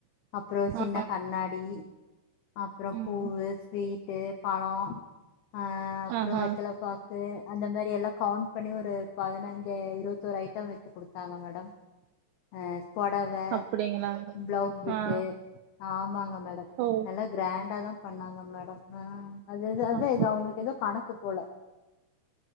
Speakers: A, on the left; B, on the right.
A: அப்றோ சின்ன
B: ஆ
A: கண்ணாடி அப்றோ
B: ம்
A: பூவு ஸ்வீட்டு பழோ ஆ அப்றோ
B: ஆஹா
A: வெத்தல அது அந்த மாரி எல்லாம் கவுண்ட் பண்ணி ஒரு ஹூ பதினைஞ் <unintelligible> இருபத்தொரு ஐட்டம் வச்சு குடுத்தாங்க மேடம் ஹா பொடவை
B: அப்டிங்களா
A: பிளவுஸ் பிட்டு
B: ஆ
A: ஆமாங்க மேடம்
B: ஓ
A: நல்ல கிராண்டா தான் பண்ணாங்க மேடம் அ அதுது அதான்
B: ஆ
A: இது அவுங்களுக்கு ஏதோ கணக்கு போல